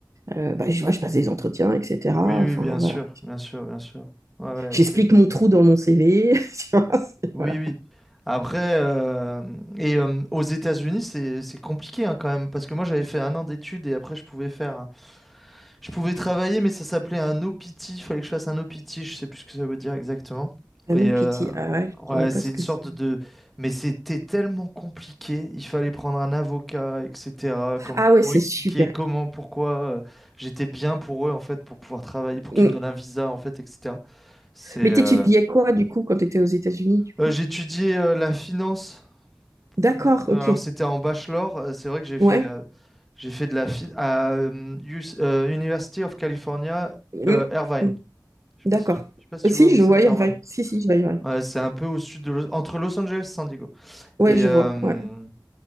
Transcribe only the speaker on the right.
euh, ben, je vois, je passe des entretiens, etc.
Enfin,
voilà.
J'explique
mon trou dans mon CV. <laughs> tu vois, c'est-
voilà.
Ah,
No
Pity, ah ouais,
je vois pas
ce
que
c'est.
Ah ouais,
c'est
super.
Mm.
Mais
t'étudiais quoi du coup quand t'étais aux États-Unis? du coup
D'accord,
ok.
Ouais.
Mm,
mm.
D'accord.
Euh, Si,
je
vois Irvine.
Si, si, je vois Irvine.
Ouais,
je
vois. Ouais,